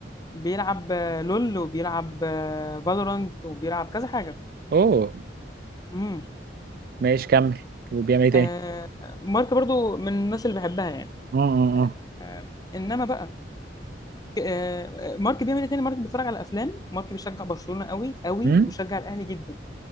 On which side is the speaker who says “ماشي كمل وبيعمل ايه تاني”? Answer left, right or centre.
Right